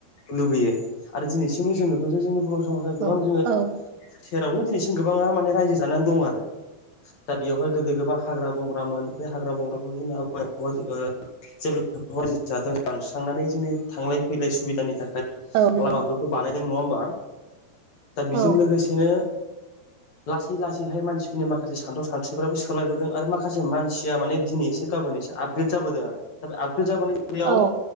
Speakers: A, on the left; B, on the right.
A: <inaudible> लुगैयो आरो दिनैसिमबो जों नुदों जे जोंनि बर समाजा
B: औ
A: गोबां जोङो
B: औ
A: सेरावनो दिनैसिम गोबाङा माने रायजो जानानै दं आरो दा बेयावहाय गोदो गोबां हाग्रा बंग्रामोन बे हाग्रा बंग्राखौ जोंनि <unintelligible> ओह जेब्ला <inaudible> जादों दानस्रांनानै जोंनि थांलाय फैलाय सुबिदानि थाखाय
B: औ नंगौ
A: लामाफोरखौ बानायदों नङा ओमबा दा
B: औ
A: बेजों लोगोसेनो लासै लासैहाय मानसिफोरनि माखासे सानथौ खान्थिफ्राबो सोलायबोदों आरो माखासे मानसिया माने दिनै एसे गाबोन एसे आपग्रेद जाबोदों आरो दा बे आप ग्रेद जाबोननि बेलायाव
B: औ